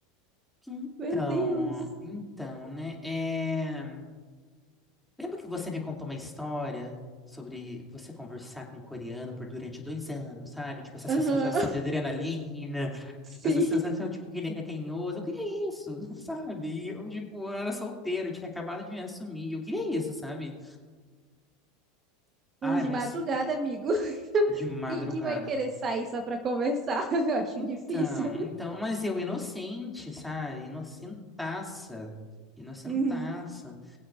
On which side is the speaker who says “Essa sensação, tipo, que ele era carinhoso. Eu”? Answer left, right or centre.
Centre